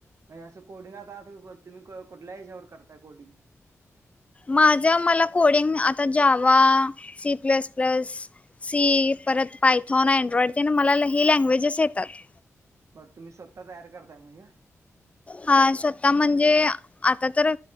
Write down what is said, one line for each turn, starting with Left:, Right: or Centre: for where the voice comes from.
Right: म्हणजे असं कोडिंग आत आहात तुम्ही कुठल्या याच्याावर करताय कोडिंग
Left: माझं मला कोडिंग आता जा्यावा सी प्लस प्लस सी परत पायथॉन अँड्रॉइड ते ना मला हे लँग्वेजेस येतात
Right: बरं तुम्ही स्वतः तयार करतायणज्या
Left: हा स्वतः म्हणजे आता तर